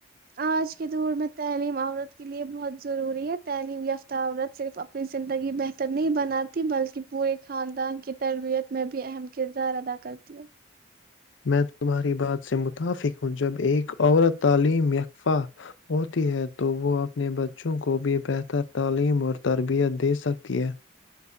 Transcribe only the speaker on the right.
آج کے دور میں تعلیم عورت کے لیے بہت ضروری ہے تعلیم یاف عورت صرف اپنی زندگی بہتر نہیں بنا بل کہ پورے خاندان کے تربیت میں بھی اہم کردار ادا کرتی ہے